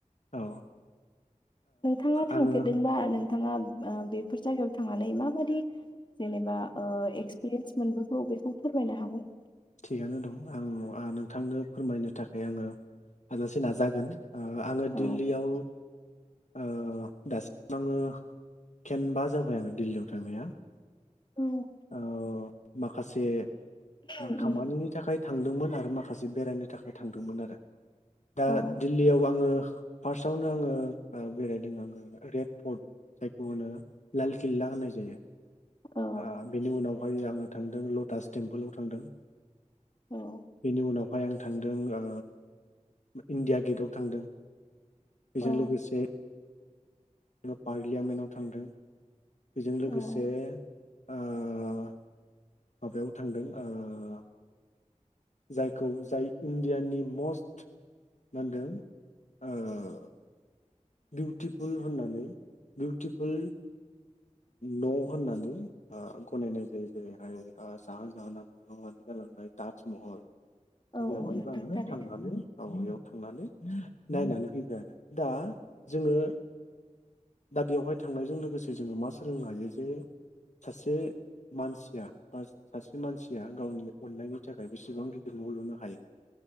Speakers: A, on the left (about 65°); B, on the left (about 35°).
A: औ ओ
B: नोंथाङा थांफेरदोंबा
A: आङो
B: नों नोंथाङा ओ बेफोर जायगायाव थांनानै माबादि जेनेबा ओ एक्सपिरियेन्स मोनबोगौ बेखौ फोरमायनो हागोन
A: थिगानो दं ओ आं नोंथांनो फोरमायनो थाखाय आङो हाजासे नाजागोन ओ आङो
B: औ
A: दिल्लीयाव ओ दासिम आङो खेनबा जाबाय आङो दिल्लीयाव थांनाया
B: उम,
A: औ माखासे
B: उम,
A: खामानिनि थाखाय थांदोंमोन आरो माखासे बेरायनो थाखाय थांदोंमोन आरो दा
B: औ
A: दिल्लीयाव आंङो फार्स्टआवनो आङो बेरायदों आङो रेड फर्ट जायखौ होनो लाल किल्ला होननाय जायो।
B: औ
A: आ बेनि उनाव बेवहाय आङो थांदों लटास टेम्पोलाव थांदों
B: औ
A: बेनि उनाव बेहाय आं थांदों आ इण्डिया गेटाव थांदों बेजों
B: औ
A: लोगोसे पार्लियामेन्टाव थांदों बेजों लोगोसे
B: औ
A: ओ ओ माबायाव थांदों ओ जायखौ जाय इण्डियानि मस्ट मानदों ओ बिउटिफुल होननानै बिउटिफुल न' होननानै आ गनायनाय जायो जेरैहाय आ जाहोन जाहोना नुनानै गालांनाय ताज महल
B: औ
A: बेवहायबो
B: नोंथां
A: आङो
B: थारैनो
A: थांनानै बाव इयाव थांनानै नायनानै फैबाय आरो दा जोङो दा बेवहाय थांनायजों लोगोसे जोङो मा सोलोंनो हायो जे सासे मानसिया बा सासे मानसिया गावनि अननायनि थाखाय बेसेबां गिदिर न' लुनो हायो